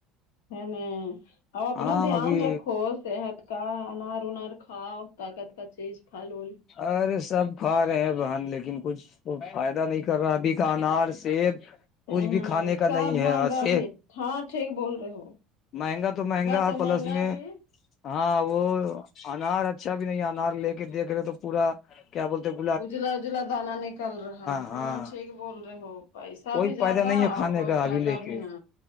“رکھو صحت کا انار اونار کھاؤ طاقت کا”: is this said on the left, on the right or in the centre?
Left